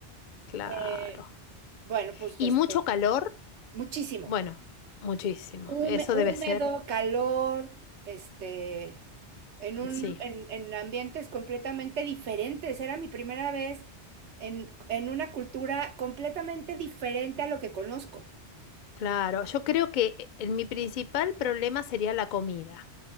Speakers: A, on the left; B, on the right.
A: claro.
B: Eh, bueno, pues
A: ¿Y
B: este,
A: mucho calor?
B: muchísimo.
A: Bueno, muchísimo.
B: Hume-
A: Eso
B: húmedo,
A: debe ser,
B: calor, este, en un,
A: sí,
B: en, en ambientes completamente diferentes. Era mi primera vez en, en una cultura completamente diferente a lo que conozco.
A: claro. Yo creo que eh, mi principal problema sería la comida,